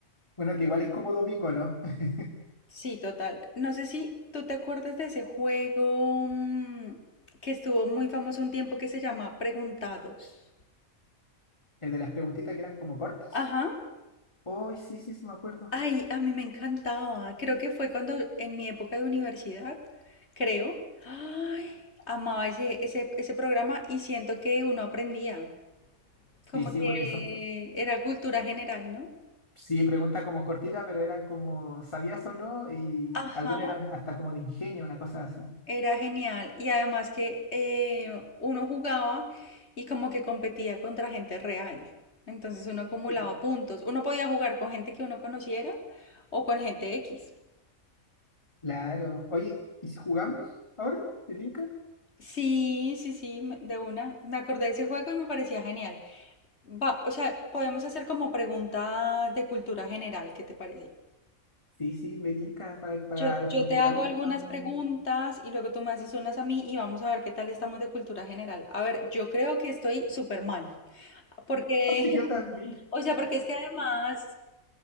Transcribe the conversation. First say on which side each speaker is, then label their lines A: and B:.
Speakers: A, on the left; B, on the left.
A: Bueno, que igual es como domingo, ¿no? <laughs>
B: Sí, total. No sé si tú te acuerdas de ese juego mm, que estuvo muy famoso un tiempo que se llama Preguntados.
A: El de las preguntitas que eran como cortas.
B: Ajá.
A: Hoy sí, sí, sí, me acuerdo.
B: Ay, a mí me encantaba. Creo que fue cuando en mi época de universidad, creo. Ay, amaba ese, ese, ese programa y siento que uno aprendía. Como
A: Sí, sí,
B: que
A: porque son,
B: era cultura general, ¿no?
A: sí, preguntas como cortitas, pero eran como ¿sabías o no? Y
B: Ajá.
A: algunas eran hasta como de ingenio, una cosa así.
B: Era genial y además que eh, uno jugaba y como que competía contra gente real. Entonces uno Sí. acumulaba puntos. Uno podía jugar con gente que uno conociera o con gente X.
A: Claro. Oye, ¿y si jugamos ahora? ¿Me tinca?
B: Sí, sí, sí, me- de una. Me acordé de ese juego y me parecía genial. Va- o sea, podemos hacer como preguntas de cultura general, ¿qué te parece?
A: Sí, sí, me tinca para, para,
B: Yo, yo
A: porque
B: te
A: igual
B: hago algunas
A: estamos.
B: preguntas y luego tú me haces unas a mí y vamos a ver qué tal estamos de cultura general. A ver, yo creo que estoy súper mal. Porque
A: <laughs> Yo también.
B: O sea, porque es que además,